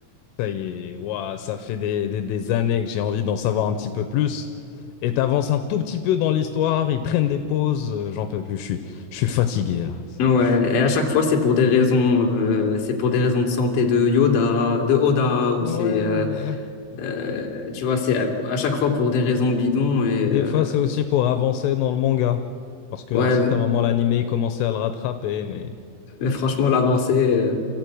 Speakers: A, on the left; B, on the left.
A: Ça y est, ouah, ça fait des, des- des années que j'ai envie d'en savoir un petit peu plus. Et t'avances un tout petit peu dans l'histoire, ils prennent des pauses, euh, j'en peux plus, je suis, je suis fatigué là.
B: Ouais,
A: Je
B: et à chaque fois, c'est pour des raisons, euh, c'est pour des raisons de santé de Yoda, de Oda, ou c'est,
A: Ah Ouais,
B: euh,
A: ouais, ouais.
B: euh, tu vois, c'est à, à chaque fois pour des raisons bidons et
A: Des
B: euh,
A: fois, c'est aussi pour avancer dans le manga. Parce qu'à
B: ouais,
A: un certain moment, l'animé, il commençait à le rattraper, mais...
B: mais franchement, l'avancée, euh,